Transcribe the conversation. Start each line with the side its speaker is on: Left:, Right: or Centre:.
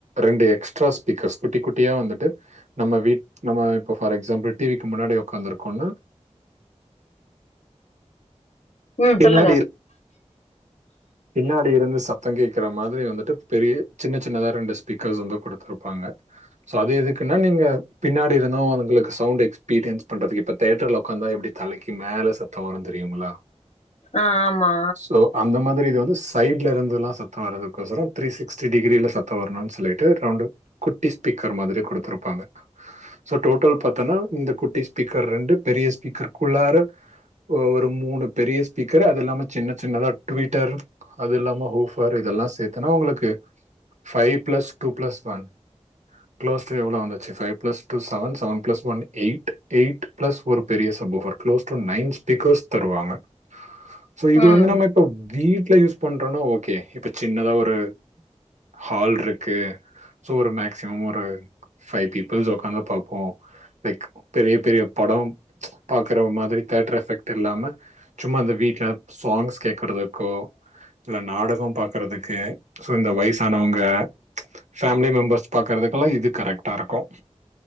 Right: ரெண்டு எக்ஸ்ட்ரா ஸ்பீக்கர்ஸ் குட்டி குட்டியா வந்துட்டு நம்ம வீ்ட் நம்ம இப்போ ஃபார் எக்ஸாம்பிள் டிவிக்கு முன்னாடி உக்காருக்கோனா
Left: ம்
Right: பின்னாடி
Left: சொல்லுங்க
Right: பின்னாடி இருந்து சத்தோ கேக்கற மாதிரி வந்துட்டு பெரிய சின்ன சின்னதா ரெண்டு ஸ்பீக்கர்ஸ் வந்து குடுத்துருப்பாங்க ஸோ அது எதுக்குன்னா நீங்க பின்னாடி இருந்து உங்களுக்கு சவுண்ட் எக்ஸ்பீரியன்ஸ் பண்றதுக்கு இப்ப தேட்டர்ல உக்காந்தா எப்டி தலைக்கு மேல சத்தோ வரு தெரியுங்ளா
Left: ஆ ஆமா
Right: ஸோ அந்த மாதிரி வந்து சைட்ல இருந்துலா சத்தோ வரதுக்கொசரோ த்ரீ சிக்ஸ்டி டிகிரீல சத்த வரணுனு சொல்லிட்டு ரவுண்டு குட்டி ஸ்பீக்கர் மாதிரி குடுத்துருப்பாங்க சோ டோட்டல் பாத்தன்னா இந்த குட்டி ஸ்பீக்கர் ரெண்டு பெரிய ஸ்பீக்கர்க்குள்ளாற ஒ ஒரு மூணு பெரிய ஸ்பீக்கர் அது இல்லாம சின்ன சின்னதா ட்வீட்டர் அது இல்லாம ஊஃபர் இதெல்லா சேத்துனா உங்களுக்கு five plus two plus one close to எவ்ளோ வந்தாச்சு five plus two seven seven plus one eight eight plus ஒரு பெரிய சபோகர் க்ளோஸ் டு நைன் ஸ்பீக்கர்ஸ் தருவாங்க சோ இது
Left: ம்.
Right: வந்து நம்ம இப்ப வீட்ல யூஸ் பண்றோனா ஓகே இப்ப சின்னதா ஒரு ஹால்ருக்கு சோ ஒரு மேக்சிமம் ஒரு ஃபை பீப்பிள்ஸ் உக்காந்து பாப்போ லைக் பெரிய பெரிய படம் ச் பாக்கற மாதிரி தேட்டர் எஃபெக்ட் இல்லாம சும்மா இந்த வீட்ல சாங்ஸ் கேக்குறதுக்கோ இல்ல நாடகோ பாக்றதுக்கு சோ இந்த வய்சானவங்க ஃபேமிலி மெம்பர்ஸ் பாக்கறதுக்கெல்லா இது கரெக்ட்டா இருக்கு